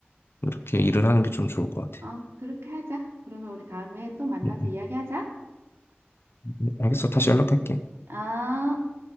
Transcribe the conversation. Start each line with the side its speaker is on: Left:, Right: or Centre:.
Left: 이렇게 일을 하는 게 좀 좋을 것 같아.
Right: 어, 그렇게 하자. 그러면 우리 다음에 또 만나서
Left: 음,
Right: 이야기하자.
Left: 음. 알겠어. 다시 연락할게.
Right: 아.